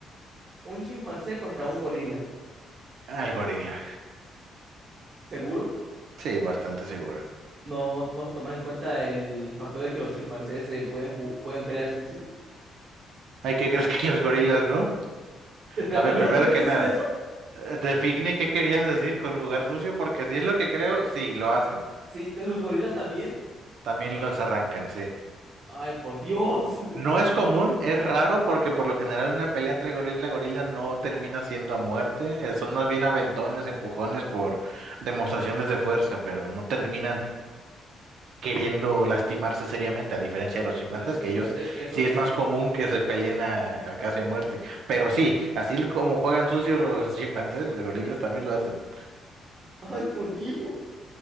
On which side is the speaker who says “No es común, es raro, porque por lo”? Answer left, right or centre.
Right